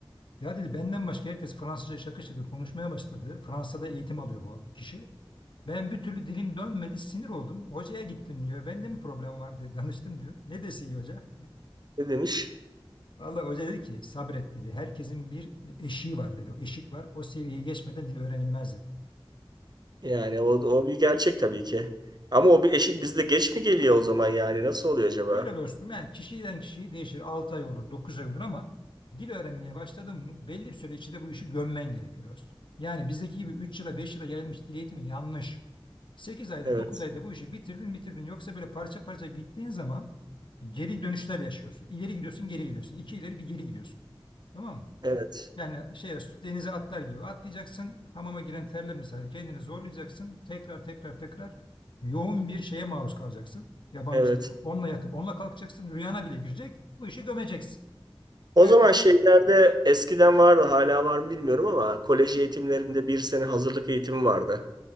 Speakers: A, on the left; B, on the right.
A: Ya dedi benden başka herkes Fransızca şakır şakır konuşmaya başladı. Fransa'da eğitim alıyor bu kişi. Ben bir türlü dilim dönmedi, sinir oldum. Hocaya gittim diyor. Bende mi problem var diye danıştım diyor. Ne dese iyi hoca?
B: Ne demiş?
A: Vallahi hoca dedi ki sabret dedi. Herkesin bir eşiği var dedi. O eşik var. O seviyeyi geçmeden dil öğrenilmez dedi.
B: Yani o, o bir gerçek tabii ki. Ama o bir eşik bizde geç mi geliyor o zaman yani? Nasıl oluyor acaba?
A: Şöyle dostum yani kişiden kişiye değişir. 6 ay olur, 9 ay olur ama dil öğrenmeye başladın mı belli bir süre içinde bu işi gömmen gerekiyor dostum. Yani bizdeki gibi 3 yıla 5 yıla yayılmış dil eğitimi yanlış. 8 ayda
B: Evet.
A: 9 ayda bu işi bitirdin bitirdin. Yoksa böyle parça parça gittiğin zaman geri dönüşler yaşıyorsun. İleri gidiyorsun geri gidiyorsun. İki ileri bir geri gidiyorsun. Tamam mı?
B: Evet.
A: Yani şey denize atlar gibi atlayacaksın. Hamama giren terler misali kendini zorlayacaksın. Tekrar tekrar tekrar yoğun bir şeye maruz kalacaksın. Yabancı
B: Evet.
A: değil. Onunla yatıp onunla kalkacaksın. Rüyana bile girecek. Bu işi gömeceksin.
B: O
A: Yani
B: zaman
A: tamam,
B: şeylerde eskiden vardı, hala var mı bilmiyorum ama kolej eğitimlerinde bir sene hazırlık eğitimi vardı.